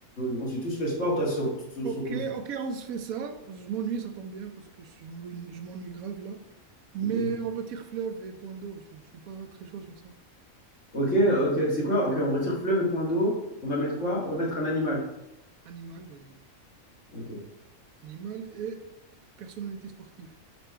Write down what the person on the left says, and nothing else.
on suit tous le sport, toi sur- sur-
surtout. le foot.
Ok,
ok, ok, tu sais quoi? Ok, on retire fleuve et point d'eau. On va mettre quoi? On va mettre un animal.
Ok.